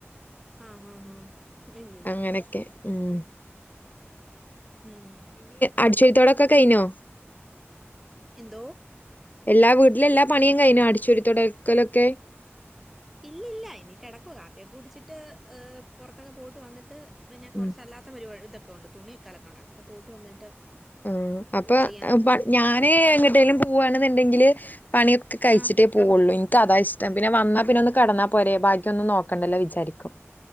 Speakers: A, in the centre; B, on the left.
A: ആഹ് ആഹ് ആഹ് ഇന്നില്ല
B: അങ്ങനൊക്കെ ഉം
A: ഉം
B: അടചൊരി തൊടക്ക കൈനോ
A: എന്തോ
B: എല്ലാ വീട്ടിലും എല്ലാ പണിയും കഴിഞ്ഞു അടിച്ചുരുത്തടക്കലൊക്കെ
A: ഇല്ല ഇല്ല ഇനി കിടക്കുവ കാപ്പിയൊക്കെ കുടിച്ചിട്ട് എ പുറത്തൊക്കെ പോയിട്ട് വന്നിട്ട് പിന്നെ കുറച്ചല്ലാത്ത
B: ഉം
A: പരിപാടി ഇതെക്കെ ഉണ്ട് തുണി അലക്കാനുണ്ട് അതൊക്കെ പോയിട്ട് വന്നിട്ട്
B: ഉം അപ്പൊ
A: ചെയ്യാന്നോർത്തു.
B: ഞാന് എങ്ങട്ടേലും പോവാണെന്നുണ്ടെങ്കില് പണിയൊക്കെ കഴിച്ചിട്ടേ
A: ആഹ്
B: പോവുള്ളൂ ഇൻ ക് അതാ ഇഷ്ടം പിന്നെ വന്നാ പിന്നെ ഒന്ന് കടന്നാ പോരെ ബക്കി ഒന്നു നോക്കണ്ടല്ലോ വിചാരിക്കും നോക്കണ്ടല്ലോ വിചാരിക്കും